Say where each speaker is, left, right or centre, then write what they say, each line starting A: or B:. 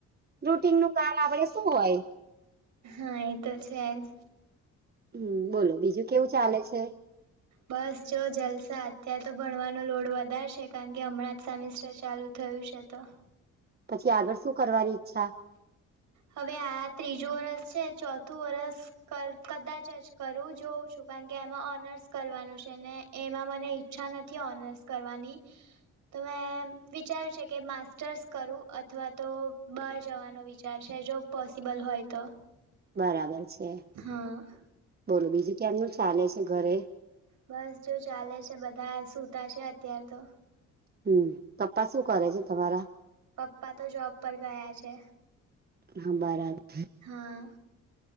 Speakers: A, on the right; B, on the right.
A: રૂટીનનું કામ આપડે શું હોય
B: હા એ તો છે જ
A: હમ બોલો બીજું કેવું ચાલે છે.
B: બસ જો જલસા અત્યાર તો ભણવાનો લોડ વધારે શે કારણ કે હમણાં જ સેમિસ્ટર ચાલુ થયું. છે તો
A: પછી આગળ શું કરવાની ઈચ્છા
B: હવે આ ત્રીજું છેલુ વર્ષ છે ચોથું વર્ષ ક કદાચ જ કરું જોઉં છું કારણ કે એમાં ઓનર્સ કર કરવાનું છે ને એમાં મને ઈચ્છા નથી ઓનર્સ કરવાની તો મેં વિચાર્યું છે કે માસ્ટર્સ કરું અથવા તો બહાર જવાનો વિચાર છે જો પોસિબલ હોય તો
A: બરાબર છે
B: હા.
A: બોલો બીજું કેમનું ચાલે છે ઘરે
B: બસ જો ચાલે છે બધા સુતા છે અત્યાર તો
A: હમ પપ્પા શું કરે છે તમારા
B: પપ્પા તો જોબ પર ગયા છે.
A: હા બરાબર
B: હા